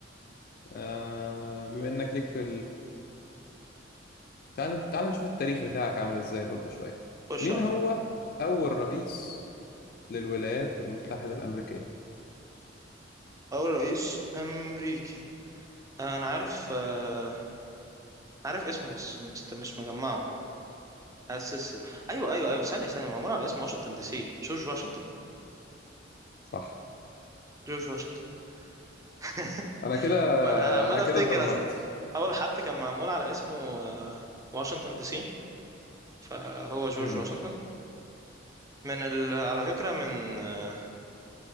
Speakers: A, on the left; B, on the right.
A: آه بما انك ليك في تعال تعال نشوف التاريخ بتاعك عامل ازاي برضو شوية
B: خش
A: مين
B: عليا
A: هو أول رئيس للولايات المتحدة الأمريكية
B: أول رئيس أمريكي آه، أنا عارف آه، عارف اسمه بس مست- مش مجمعه أسس أيوه أيوه أيوه ثانية ثانية معمول على اسم واشنطن دي سي جورج واشنطن
A: صح
B: جورج واشنطن <laughs>
A: أنا كده
B: ما أنا عمال
A: أنا كده
B: أفتكر
A: اتدمرت
B: أصل أول حد كان معمول على اسمه آه، واشنطن دي سي فهو جورج
A: امم
B: واشنطن من ال... على فكرة من آه،